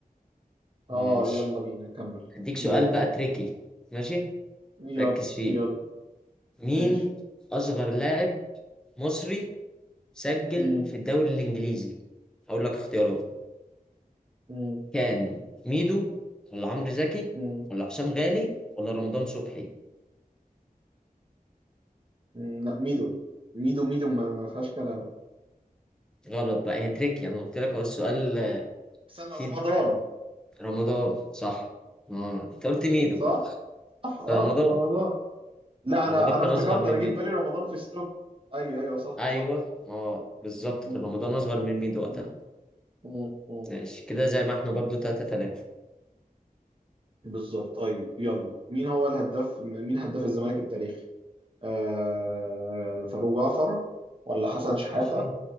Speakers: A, in the centre; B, on the right.
A: ماشي
B: اه يلا بينا كمل
A: هديك سؤال
B: دور
A: بقى تريكي ماشي
B: يلا
A: ركز فيه
B: يلا
A: مين
B: ماشي
A: اصغر لاعب مصري سجل
B: مم.
A: في الدوري الانجليزي هقول لك اختيارات
B: مم.
A: كان ميدو ولا عمرو زكي
B: مم.
A: ولا هشام غالي ولا رمضان صبحي
B: مم. لا ميدو ميدو ميدو ما ما فيهاش كلام
A: غلط بقى هي تريكي انا قلت لك هو السؤال
B: استنى
A: فيه
B: رمضان
A: رمضان صح ما انت قلت ميدو
B: صح؟ صح اه
A: فرمضان
B: رمضان لا
A: رمضان
B: انا انا
A: كان
B: افتكرت
A: اصغر من
B: انا جه
A: ميدو
B: في بالي رمضان في ستوك ايوه ايوه صح
A: ايوه
B: صح
A: اه بالظبط
B: مم.
A: كان رمضان اصغر من ميدو وقتها
B: مم. مم. مم.
A: ماشي كده زي ما احنا برضو تلاتة تلاتة
B: بالظبط طيب يلا مين هو الهداف مين هداف الزمالك التاريخي؟ آه... فاروق جعفر ولا حسن شحاتة
A: ماشي